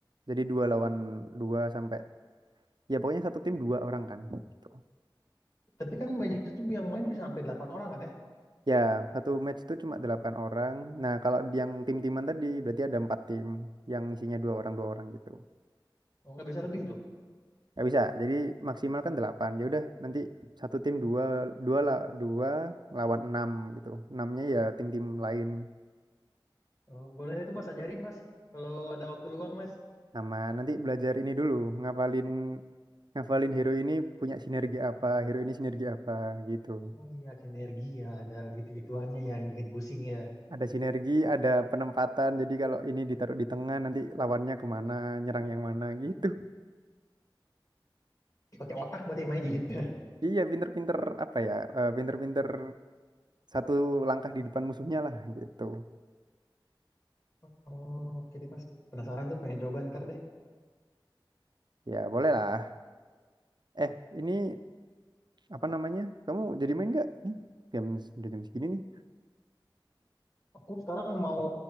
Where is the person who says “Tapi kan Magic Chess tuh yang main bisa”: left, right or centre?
Left